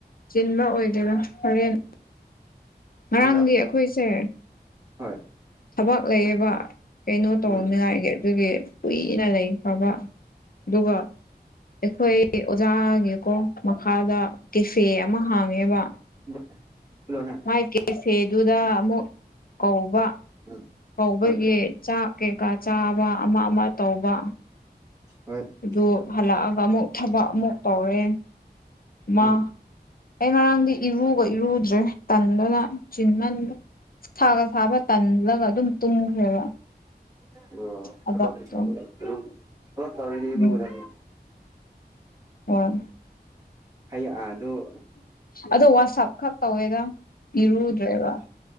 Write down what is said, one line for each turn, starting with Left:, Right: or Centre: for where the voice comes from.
Left: ꯆꯤꯟꯕ ꯑꯣꯏꯗꯦꯔꯥ ꯍꯣꯔꯦꯟ ꯉꯔꯥꯡꯗꯤ
Right: ꯅꯪꯔꯥ
Left: ꯑꯩꯈꯣꯏꯁꯦ
Right: ꯍꯣꯏ
Left: ꯊꯕꯛ ꯂꯩꯌꯦꯕ ꯀꯩꯅꯣ ꯇꯧꯅꯤꯉꯥꯏꯒꯤ
Right: ꯎꯝ
Left: ꯑꯗꯨꯒꯤ ꯀꯨꯏꯅ ꯂꯩꯈꯔꯥꯕ ꯑꯗꯨꯒꯥ ꯑꯩꯈꯣꯏ ꯑꯣꯖꯥꯒꯤꯀꯣ ꯃꯈꯥꯗ ꯀꯦꯐꯦ ꯑꯃ ꯍꯥꯡꯉꯦꯕ
Right: <unintelligible> ꯂꯣꯅꯦ
Left: ꯃꯥꯏ ꯀꯦꯐꯦꯗꯨꯗ ꯑꯃꯨꯛ ꯀꯧꯕ
Right: ꯎꯝ
Left: ꯀꯧꯕꯒꯤ
Right: ꯍꯣꯏ
Left: ꯆꯥꯛ ꯀꯩꯀꯥ ꯆꯥꯕ ꯑꯃꯥ ꯑꯃꯥ ꯇꯧꯕ
Right: <unintelligible>
Left: ꯑꯗꯨ ꯍꯜꯂꯛꯑꯒ ꯑꯃꯨꯛ ꯊꯕꯛ ꯑꯃꯨꯛ ꯇꯧꯔꯦ ꯃꯥ
Right: ꯎꯝ
Left: ꯑꯩ ꯉꯔꯥꯡꯗꯤ ꯏꯔꯨꯒ ꯏꯔꯨꯗ꯭ꯔꯦ ꯇꯟꯗꯅ ꯆꯤꯟꯃꯟ ꯁꯥꯒ ꯁꯥꯕ ꯇꯜꯂꯒ ꯑꯗꯨꯝ ꯇꯨꯝꯈ꯭ꯔꯦꯕ
Right: <unintelligible>
Left: ꯊꯕꯛꯇꯣ ꯎꯝ ꯍꯣꯏ
Right: ꯍꯩ ꯑꯥ ꯑꯗꯨꯕꯨ
Left: ꯑꯗꯣ ꯋꯥꯁꯞ ꯈꯛ ꯇꯧꯋꯦꯗ ꯏꯔꯨꯗ꯭ꯔꯦꯕ
Right: ꯑꯥ